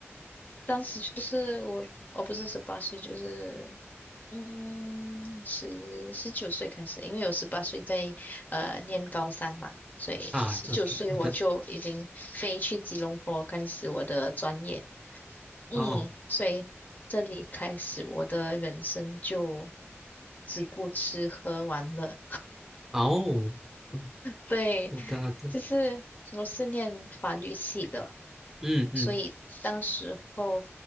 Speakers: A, on the left; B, in the centre.
A: 当时就是我，我不是十八岁，就是，嗯，十十九岁开始，因为我十八岁在呃念高三嘛，所以十九岁我就已经飞去吉隆坡开始我的专业，
B: 啊，OK，好的，
A: 嗯，
B: 哦
A: 所以这里开始我的人生就只顾吃喝玩乐，
B: 哦，嗯
A: 对，
B: 好的好的，
A: 就是我是念法律系的。
B: 嗯嗯
A: 所以当时候